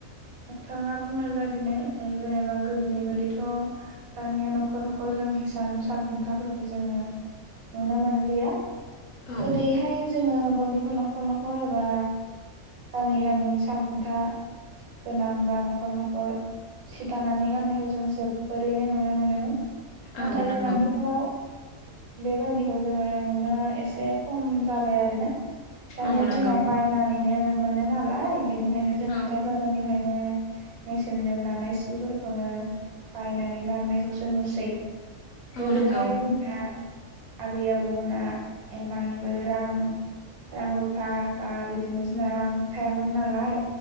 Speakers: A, on the right; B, on the left.
A: नोंथाङा बुंनायब्ला दिनै जों जेनेबा गोदोनि बायदिथ' दानिया न'खर न'खर जों हिसान साल हुन्थाफोरखौ जों जोङो नुनो मोनलिया
B: औ
A: गोदैहाय जोङो बयनिबो न'खर नख'र एबा गामि गामि सालखुन्था गोनां बा न'खर न'खर सिदानानै गाननायखौ जों जोबोरैनो नुनो मोनोमोन।
B: औ
A: नाथाय
B: नंगौ
A: जों आथिखालाव बेबायदिखौ जोङो नुनो एसे एसे खम जाबाय आरो ना दानिया
B: औ नंगौ
A: जोंना बायनानैनो मोनो नालाय। बेनिखायनो जों हाथाय
B: औ
A: बाजारनिफ्रायनो मेसेनजों दानाय सिफोरखौनो बायनानै गाननायखौसो नुसै।
B: औ
A: गोदोहाय
B: नंगौ
A: जोंना आबै आबौमोना इमानबो रां रां रुफा बा बिदि बिदिनो जोंना रां थायामोन नालाय